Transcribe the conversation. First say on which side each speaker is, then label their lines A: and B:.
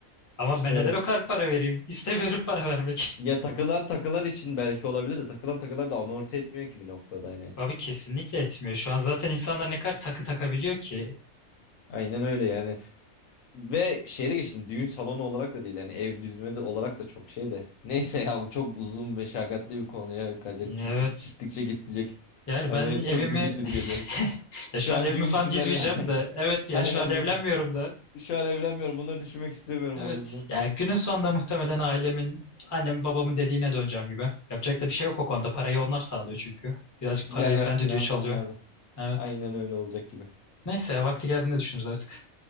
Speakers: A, on the left; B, on the left.
A: Ama
B: İşte
A: ben
B: evet.
A: neden o kadar para vereyim? <laughs> İstemiyorum para vermek.
B: Ya
A: <laughs>
B: takılan takılar için belki olabilir de takılan takılar da amorti etmiyor ki bir noktada hani.
A: Abi kesinlikle etmiyor. Şu an zaten insanlar ne kadar takı takabiliyor ki.
B: Aynen öyle yani. Ve şeyde geçtim düğün salonu olarak da değil yani ev düzme de olarak da çok şey de. <laughs> Neyse ya bu çok uzun meşakkatli bir konuya kaçacak
A: Evet.
B: çünkü gittikçe gidecek.
A: Yani
B: Hani
A: ben evimi...
B: çok didik didik ediyoruz.
A: <laughs> ya
B: Şu
A: şu an
B: an
A: evimi
B: düğün
A: falan
B: için
A: dizmeyeceğim
B: ben <laughs>
A: de. Evet ya
B: aynen
A: şu an evlenmiyorum
B: ben.
A: da.
B: Şu an evlenmiyorum bunları düşünmek istemiyorum
A: Evet.
B: o yüzden.
A: Ya günün sonunda muhtemelen ailemin, annemin babamın dediğine döneceğim gibi. Yapacak da bir şey yok o konuda. Parayı onlar sağlıyor çünkü. Birazcık
B: Yani
A: parayı veren
B: evet finans
A: düdüğü çalıyor.
B: onlarda.
A: Evet.
B: Aynen öyle olacak gibi.
A: Neyse ya vakti geldiğinde düşünürüz artık.